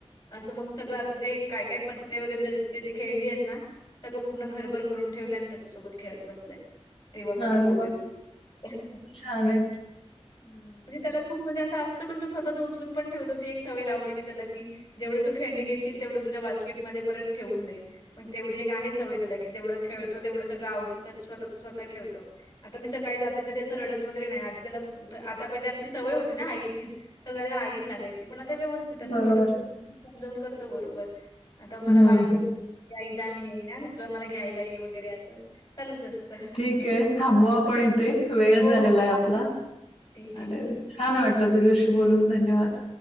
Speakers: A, on the left (about 40°); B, on the left (about 60°).
A: असं मग सगळं आता ते काय- काय पत्ते वगैरे त्याच्याचे ज खेळणी आहेत ना सगळं पूर्ण घरभर करून ठेवलंय आणि त्याच्यासोबत खेळत बसलंय. तेव्हा मी आता
B: आर
A: बोलते
B: वा
A: तुझ्याशी
B: छान हम्म.
A: मी त्याला खूप म्हणजे असं असत, पण तो स्वतःच उचलून पण ठेवतो, ती एक सवय लावली मी त्याला की- जेवढं तू खेळणे घेशील तेवढं तुझ्या बास्केटमध्ये परत ठेवून दे. मग तेवढी एक आहे सवय त्याला की, जेवढं खेळतो तेवढं सगळं आवरून त्याच स्वतच स्वतः ठेवतो. आता मी सकाळी जाते तरी असं रडत वगैरे नाही आधी त्याला आता पहिले आपली सवय होती ना आईचीच. सगळ्याला आईच लागायची. पण आता व्यवस्थित आता
B: बरोबर
A: थोडस
B: आहे.
A: समजवून करतो बरोबर. आता मला
B: हं,
A: बाय
B: हं.
A: कर. ए आई जा मी येई ना <inaudible> मला घ्यायला ये वगैरे असं चालूच असतं.
B: ठीक आहे. थांबू आपण इथे वेळ
A: हो,
B: झालेला
A: हो. चालेल.
B: आहे आपला चालेल.
A: ठीक आहे, ठीक आहे.
B: छान वाटलं तुझ्याशी बोलून, धन्यवाद!